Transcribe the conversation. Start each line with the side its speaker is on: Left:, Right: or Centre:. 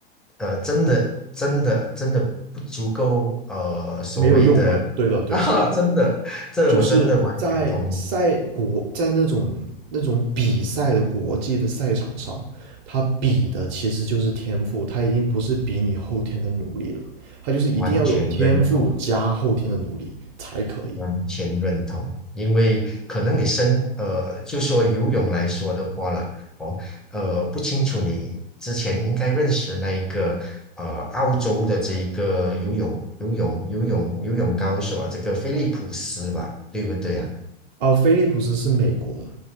Centre: 呃，真的真的真的不足够，呃，所谓的
Right: 没有用的，对的，对的，
Centre: <laughs> 啊，真的，这我真的完全同意，
Right: 就是在赛国，在那种那种比赛的国际的赛场上，他比的其实就是天赋，他已经不是比你后天的努力了，他就是一定要有天赋加后天的努力才可以。
Centre: 完全认同。完全认同，因为可能你身呃，就说游泳来说的话了，哦，呃，不清楚你之前应该认识那一个呃澳洲的这一个游泳游泳游泳游泳高手啊，这个菲利普斯吧，对不对啊？
Right: 而菲利普斯是美国的，